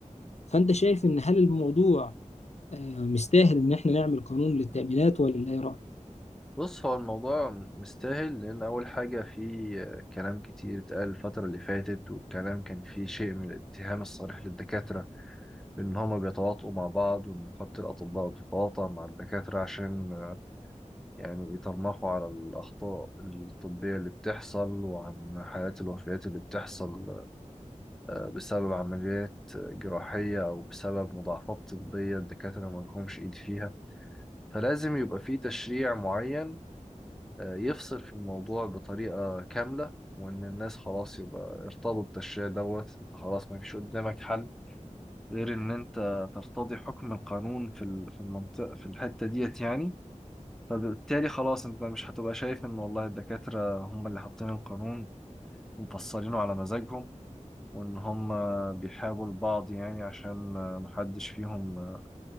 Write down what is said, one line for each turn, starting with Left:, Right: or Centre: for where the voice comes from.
Left: فأنت شايف إن هل الموضوع آه، مستاهل إن إحنا نعمل قانون للتأمينات ولا إيه رأيك؟
Centre: بص هو الموضوع مستاهل لأن أول حاجة في كلام كتير اتقال الفترة اللي فاتت والكلام كان فيه شيء من الاتهام الصريح للدكاترة بإن هما بيتواطؤوا مع بعض وإن نقابة الأطباء بتتواطأ مع الدكاترة عشان آه، يعني يترمخوا على الأخطاء الطبية اللي بتحصل وعن حالات الوفيات اللي بتحصل آه، بسبب عمليات جراحية أو بسبب مضاعفات طبية الدكاترة ما لهمش إيد فيها. فلازم يبقى في تشريع معين آه، يفصل في الموضوع بطريقة كاملة وإن الناس خلاص يبقى ارتضوا التشريع دوت أنت خلاص ما فيش قدامك حل غير إن أنت ترتضي حكم القانون في ال- في المنطقة في الحتة ديت يعني فبالتالي خلاص أنت مش هتبقى شايف إن والله الدكاترة هم اللي حاطين القانون ومفصلينه على مزاجهم وإن هم بيحابوا البعض يعني عشان آه، محدش فيهم آه،